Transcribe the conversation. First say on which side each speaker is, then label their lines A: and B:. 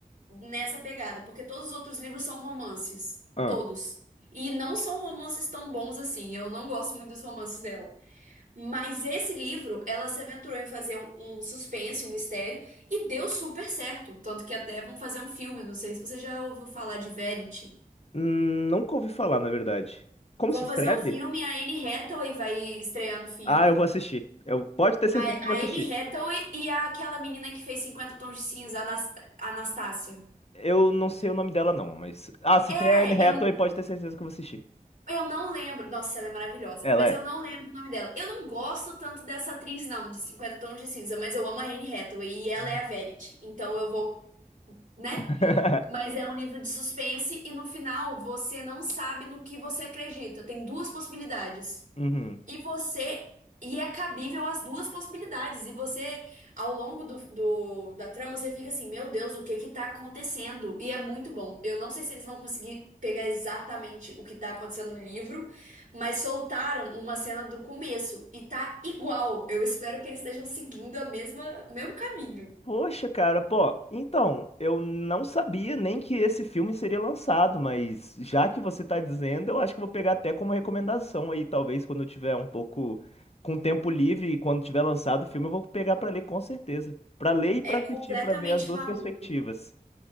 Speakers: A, on the right; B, on the left.
A: nessa pegada, porque todos os outros livros são romances,
B: ah.
A: todos. E não são romances tão bons assim, eu não gosto muito dos romances dela. Mas esse livro, ela se aventurou em fazer um, um suspense, um mistério, e deu super certo. Tanto que até vão fazer um filme, não sei se você já ouviu falar de Verity.
B: Hum, nunca ouvi falar, na verdade. Como
A: Vão
B: se escreve?
A: fazer um filme, a Anne Hathaway vai estrear no filme.
B: Ah, eu vou assistir. Eu pode ter certeza
A: A, a
B: que eu vou assistir.
A: Anne Hathaway e a- aquela menina que fez cinquenta Tons de Cinza, a Anas- a Anastácia.
B: Eu não sei o nome dela não, mas ah, se
A: É,
B: tem a Anne Hathaway,
A: eu,
B: pode ter certeza que eu vou assistir.
A: Eu não lembro. Nossa, ela é maravilhosa.
B: Ela
A: Mas
B: é.
A: eu não lembro o nome dela. Eu não gosto tanto dessa atriz, não, de cinquenta Tons de Cinza, mas eu amo a Anne Hathaway e ela
B: Uhum.
A: é a Verity. Então eu vou, né?
B: <laughs>
A: Mas é um livro de suspense e no final você não sabe no que você acredita. Tem duas possibilidades.
B: Uhum.
A: E você. E é cabível as duas possibilidades. E você, ao longo do, do- da trama, você fica assim, meu Deus, o que que tá acontecendo? E é muito bom. Eu não sei se eles vão conseguir pegar exatamente o que tá acontecendo no livro, mas soltaram uma cena do começo e tá igual. Eu espero que eles estejam seguindo a mesma, o mesmo caminho.
B: Poxa, cara, pô, então, eu não sabia nem que esse filme seria lançado, mas já que você tá dizendo, eu acho que eu vou pegar até como recomendação aí, talvez quando eu tiver um pouco com tempo livre e quando tiver lançado o filme, eu vou pegar pra ler com certeza. Pra ler e pra
A: É
B: assistir,
A: completamente
B: pra ver as duas
A: maluco.
B: perspectivas.